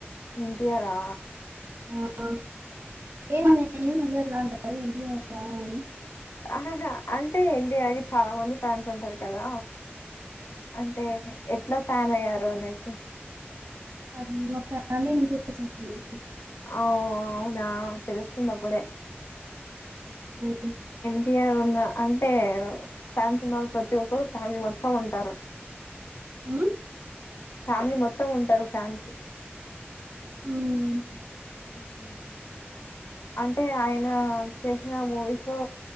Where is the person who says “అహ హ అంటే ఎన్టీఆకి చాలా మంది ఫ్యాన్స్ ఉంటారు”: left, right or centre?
Left